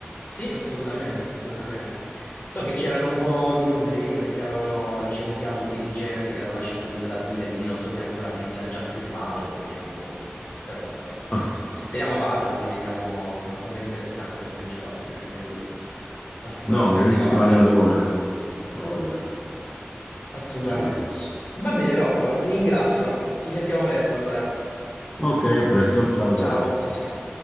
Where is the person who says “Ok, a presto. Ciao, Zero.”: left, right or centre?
Left